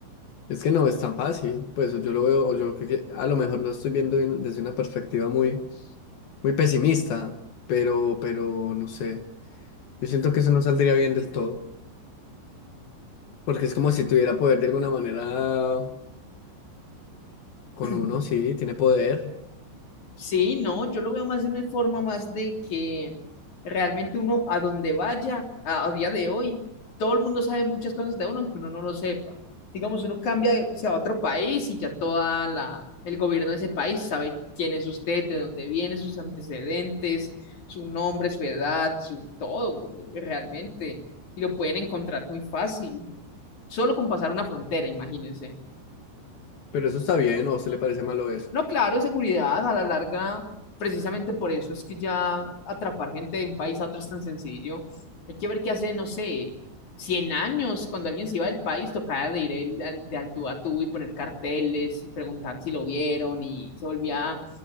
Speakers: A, on the left (about 60°); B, on the left (about 40°).
A: Es que no es tan fácil, pues yo lo veo, o yo creo que a lo mejor lo estoy viendo de una- desde una perspectiva muy, muy pesimista, pero, pero no sé. Yo siento que eso no saldría bien del todo, porque es como si tuviera poder de alguna manera con
B: <clears throat>
A: uno, sí, tiene poder.
B: Sí, no, yo lo veo más de una forma más de que realmente uno a donde vaya, a, a día de hoy, todo el mundo sabe muchas cosas de uno, aunque uno no lo sepa. Digamos, uno cambia, de- se va a otro país y ya toda la, el gobierno de ese país sabe quién es usted, de dónde viene, sus antecedentes, su nombre, su edad, su todo, güey, realmente. Y lo pueden encontrar muy fácil, solo con pasar una frontera, imagínense.
A: Pero eso está bien, ¿o a usted le parece malo eso?
B: No, claro, seguridad a la larga, precisamente por eso es que ya atrapar gente de un país a otro es tan sencillo. Hay que ver qué hace, no sé, 100 años, cuando alguien se iba del país, tocaba de ir el- al- de al tú a tú y poner carteles y preguntar si lo vieron y se volvía